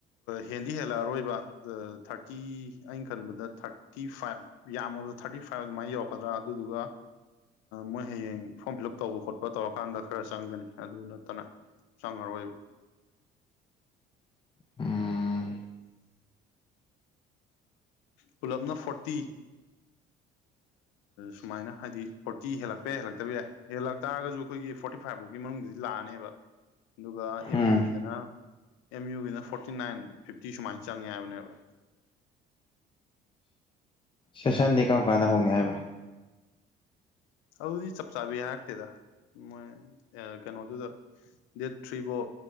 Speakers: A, on the left; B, on the left.
A: ꯍꯦꯟꯗꯤ ꯍꯦꯜꯂꯛꯑꯔꯣꯏꯕ ꯊꯥꯔꯇꯤ ꯑꯩꯅ ꯈꯟꯕꯗ ꯊꯥꯔꯇꯤ ꯐꯥꯏꯚ ꯌꯥꯝꯃꯕꯗ ꯊꯥꯔꯇꯤ ꯐꯥꯏꯚ ꯑꯗꯨꯃꯥꯏꯅ ꯌꯧꯔꯛꯀꯗ꯭ꯔꯥ ꯑꯗꯨꯗꯨꯒ ꯃꯣꯏ ꯍꯌꯦꯡ ꯐꯣꯔꯝ ꯐꯤꯜ ꯎꯞ ꯇꯧꯕ ꯈꯣꯠꯄ ꯇꯧꯔꯀꯥꯟꯗ ꯈꯔ ꯆꯪꯒꯅꯤ ꯑꯗꯨ ꯅꯠꯇꯅ ꯁꯍꯔ ꯑꯣꯏꯕ
B: ꯎꯝ
A: ꯄꯨꯂꯞꯅ ꯐꯣꯔꯇꯤ ꯁꯨꯃꯥꯏꯅ ꯍꯥꯏꯗꯤ ꯐꯣꯔꯇꯤ ꯍꯦꯜꯂꯛꯄ ꯌꯥꯏ ꯍꯦꯜꯂꯛꯇꯕ ꯌꯥꯏ ꯍꯦꯜꯂꯛ ꯇꯥꯔꯒꯁꯨ ꯑꯩꯈꯣꯏꯒꯤ ꯐꯣꯔꯇꯤ ꯐꯥꯏꯚ ꯐꯥꯎꯒꯤ ꯃꯅꯨꯡꯗ ꯗꯨꯗꯤ ꯂꯥꯛꯑꯅꯦꯕ ꯑꯗꯨꯒ ꯑꯦꯝ
B: ꯎꯝ
A: ꯌꯨꯒꯤꯗꯅ ꯑꯦꯝ ꯌꯨꯒꯤꯅ ꯐꯣꯔꯇꯤ ꯅꯥꯏꯟ ꯐꯤꯐꯇꯤ ꯁꯨꯃꯥꯏꯅ ꯆꯪꯉꯦ ꯍꯥꯏꯕꯅꯦꯕ
B: ꯁꯦꯁꯟꯗꯤ ꯀꯝꯀꯥꯟꯗ ꯍꯧꯅꯤ ꯍꯥꯏꯕ
A: ꯑꯗꯨꯗꯤ ꯆꯞ ꯆꯥꯕꯤ ꯍꯥꯏꯔꯛꯇꯦꯗ ꯃꯣꯏ ꯀꯩꯅꯣꯗꯨꯗ ꯗꯦꯠ ꯊ꯭ꯔꯤ ꯐꯥꯎ